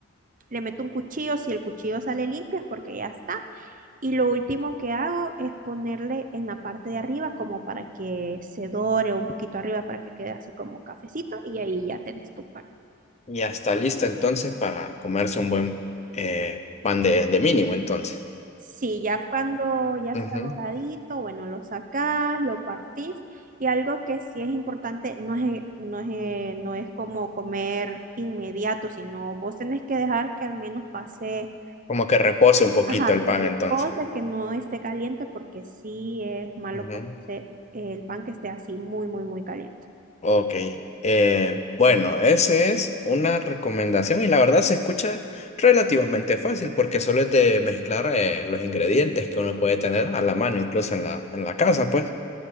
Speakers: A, on the right; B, on the left.
A: le meto un cuchillo, si el cuchillo sale limpio es porque ya está. Y lo último que hago es ponerle en la parte de arriba como para que se dore un poquito arriba para que quede así como cafecito y ahí ya tenés tu pan.
B: Y Ya está listo entonces para comerse un buen eh, pan de, de mínimo entonces.
A: Sí, ya cuando ya está
B: Ujú.
A: doradito, bueno, lo sacás, lo partís y algo que sí es importante, no es, no es, eh, no es como comer inmediato, sino vos tenés que dejar que al menos pase
B: Como que repose un poquito
A: Ajá,
B: el
A: que
B: pan
A: repose,
B: entonces.
A: que no esté caliente, porque sí es malo
B: Ujú.
A: comerse el pan que esté así muy, muy, muy caliente.
B: Ok, eh, bueno, esa es una recomendación y la verdad se escucha relativamente fácil porque solo es de mezclar eh, los ingredientes que uno puede tener a la mano, incluso en la, en la casa, pues.